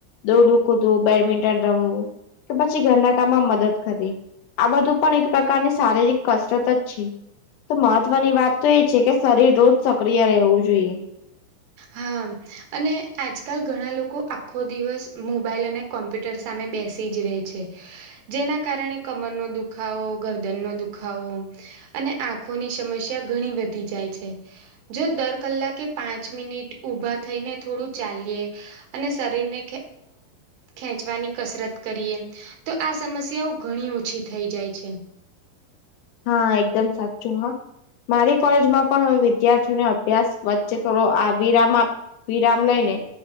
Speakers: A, on the left (about 70°); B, on the right (about 75°).
A: દોડુ કુદૂ બેડમિન્ટન રમવું કે પછી ઘરના કામમાં મદદ કરવી. આ બધું પણ એક પ્રકારની શારીરિક કસરત જ છે. તો મહત્વની વાત તો એ છે, કે શરીર રોજ સક્રિય રહેવું જોઈએ.
B: હા. અને આજકાલ ઘણા લોકો આખો દિવસ મોબાઈલ અને કોમ્પ્યુટર સામે બેસી જ રહે છે. જેના કારણે કમરનો દુખાવો, ગરદનનો દુખાવો. અને આંખોની સમસ્યા ઘણી વધી જાય છે. જો દર કલાક કે પાંચ મિનિટ. ઉભા થઈને થોડું ચાલીએ અને શરીરને. ખેંચવાની કસરત કરીએ તો આ સમસ્યાઓ ઘણી ઓછી થઈ જાય છે.
A: હા એકદમ સાચું હા. મારી કોલેજમાં પણ હવે વિદ્યાર્થીઓને અભ્યાસ વચ્ચે થોડો વિરામ. વિરામ લઈને